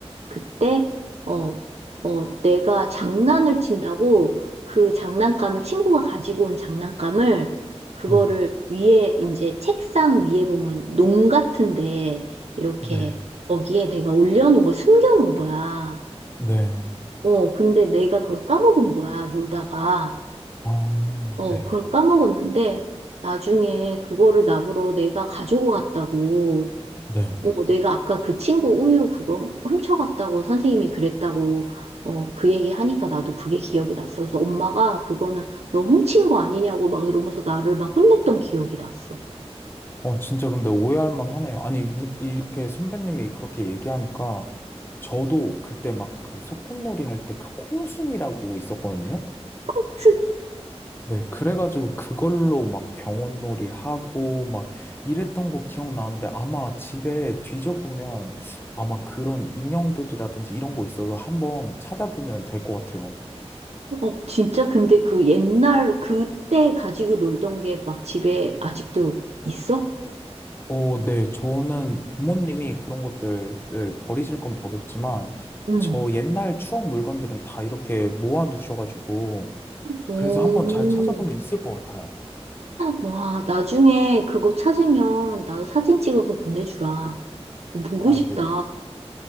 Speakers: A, on the right; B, on the left.
A: 그때 어, 어, 내가 장난을 친다고 그 장난감을 친구가 가지고 온 장난감을 그거를
B: 네.
A: 위에 이제 책상 위에 보면 농 같은데 이렇게
B: 네.
A: 거기에 내가 올려놓은 거 숨겨놓은 거야.
B: 네.
A: 어, 근데 내가 그걸 까먹은 거야, 놀다가.
B: 아,
A: 어,
B: 네.
A: 그걸 까먹었는데 나중에 그거를 나보러 내가 가지고 갔다고
B: 네.
A: 어, 내가 아까 그 친구 우유 그거 훔쳐갔다고 선생님이 그랬다고 어, 그 얘기 하니까 나도 그게 기억이 났어. 그래서 엄마가 그거는 너 훔친 거 아니냐고 막 이러면서 나를 막 혼냈던 기억이 났어.
B: 어, 진짜 근데 오해할 만 하네요. 아니, 누- 이렇게 선배님이 그렇게 얘기하니까, 저도 그때 막 그 소꿉놀이 할 때 그 콩순이라고 있었거든요.
A: <laughs>
B: 네, 그래가지고 그걸로 막 병원놀이 하고 막 이랬던 거 기억나는데 아마 집에 뒤져보면 아마 그런 인형들이라든지 이런 거 있어서 한번 찾아보면 될 것 같아요.
A: 어, 진짜 근데 그 옛날 그때 가지고 놀던 게 막 집에 아직도 있어?
B: 어, 네, 저는 부모님이 그런 것들을 버리실 건 버렸지만
A: 응.
B: 저 옛날 추억 물건들은 다 이렇게 모아놓으셔가지고
A: 오,
B: 그래서 한번 잘 찾아보면 있을 것 같아요.
A: 와, 나중에 그거 찾으면 나 사진 찍어서 보내주라. 어, 보고
B: 아,
A: 싶다.
B: 네.